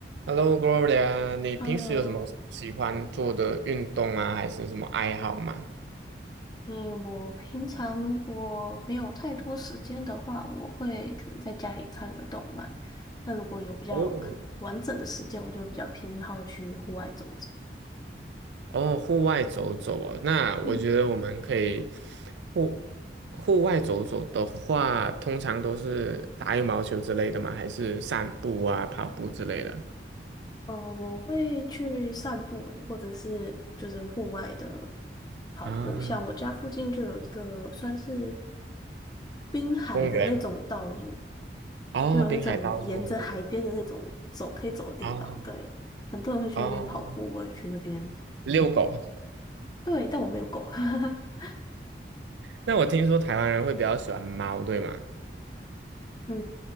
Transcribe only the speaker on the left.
Hello，
嗯，我平常如果没有太多时间的话，我会可能在家里看个动漫。那如果有比较可能完整的时间，
我就比较偏好去户外走走。
嗯，
呃，我会去散步诶，或者是就是户外的跑步。
像我家附近就有一个算是滨海的那种道路，
就有那种沿着海边的那种走可以走的地方。
对，很多人会去那边跑步，
我也去那边。
对，但我没有狗。<laughs>
嗯，